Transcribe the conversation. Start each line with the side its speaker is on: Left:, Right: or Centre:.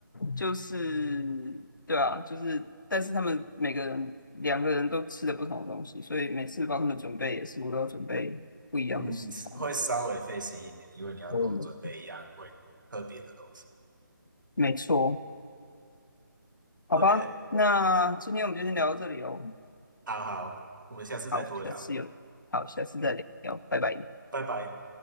Left: 就是对啊，就是但是他们每个人两个人都吃的不同的东西，所以每次帮他们准备也是我都要准备不一样的食材。
Right: 嗯，会稍微费心一点，因为你要多准备一样会特别的东西。
Left: 嗯，没错，好吧，
Right: OK，
Left: 那今天我们就先聊到这里哦。
Right: 好好，我们下次再多聊，
Left: 好，下次有，好，下次再聊，拜拜。
Right: 拜拜。